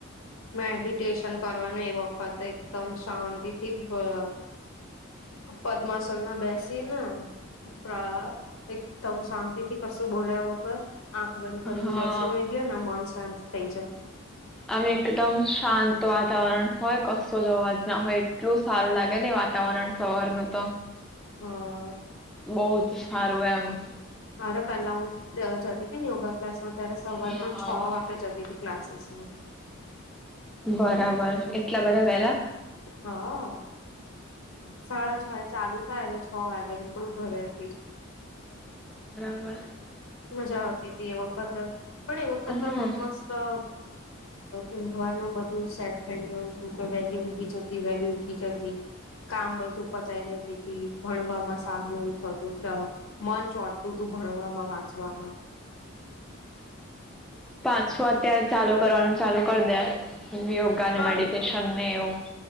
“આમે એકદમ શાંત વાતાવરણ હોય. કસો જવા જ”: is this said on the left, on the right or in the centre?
Centre